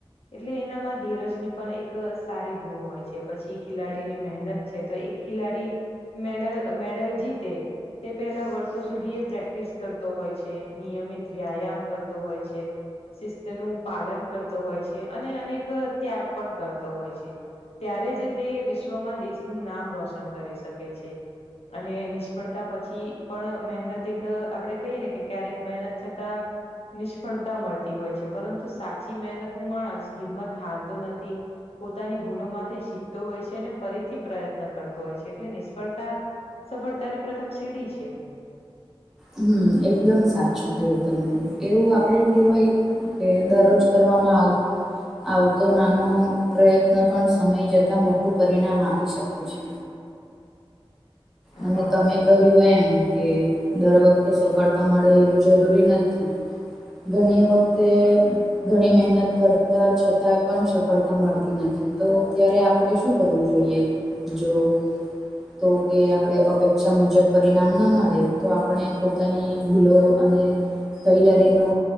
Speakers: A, on the left; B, in the centre.
A: એટલે એનામાં ધીરજની પણ એક સારી હોય છે પછી ખિલાડીની મહેનત છે તો એક ખિલાડી મેડ મેડલ જીતે તે પેલા વર્ષો સુધી એ પ્રેક્ટિસ કરતો હોય છે, નિયમિત વ્યાયામ કરતો હોય છે, શિસ્તનું પાલન કરતો હોય છે અને અનેક ત્યાગ પણ કરતો હોય છે. ત્યારે જ તે વિશ્વમાં દેશનું નામ રોશન કરી શકે છે. અને નિષ્ફળતા પછી પણ મહેનત એક આપડે કહીએ ને કે ક્યારેક મહેનત છતાં નિષ્ફળતા મળતી હોય છે પરંતુ સાચી મહેનતું માણસ હિંમત હારતો નથી. પોતાની ભૂલોમાંથી શીખતો હોય છે અને ફરીથી પ્રયત્ન કરતો હોય છે એટલે નિષ્ફળતા સફળતાની પ્રથમ સીડી છે.
B: હમ એકદમ સાચું કયું તમે એવું આપડે કેહેવાય કે દરરોજ ફરવામાં આવતો નાનો પ્રયત્ન પણ સમય જતાં મોટું પરિણામ આપી શકે છે. અને
A: હા
B: તમે
A: એ તો
B: કહ્યું
A: છે.
B: એમ કે દર વખતે સફળતા મળે એવું જરૂરી નથી ઘણી વખતે ઘણી મહેનત કરતા પણ સફળતા મળતી નથી તો ત્યારે આપણે શું કરવું જોઈએ જો તો કે આ આપણે અપેક્ષા મુજબ પરિણામ ના મળે તો આપણે પોતાની ભૂલો અને તૈયારીનો